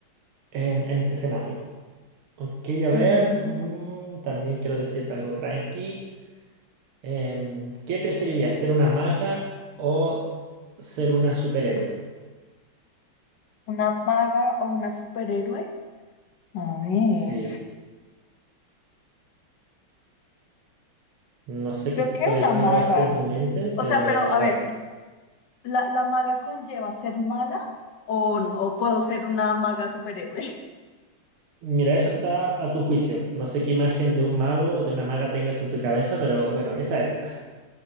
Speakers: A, on the right; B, on the left.
A: em, en este escenario. Ok, a ver,
B: Ujú.
A: mm, también quiero decirte algo tranqui. Em, ¿qué preferirías, ser una maga o ser una superhéroe?
B: ¿Una maga o una superhéroe? A ver,
A: Sí. No sé
B: creo
A: qué tipo
B: que una
A: de mago
B: maga.
A: está en tu mente, pero
B: O sea, pero a
A: bueno.
B: ver, ¿la, la maga conlleva ser mala o, o puedo ser una maga superhéroe?
A: Mira, eso está a tu juicio. No sé qué imagen de un mago o de una maga tengas en tu cabeza, pero bueno, esa es. <laughs>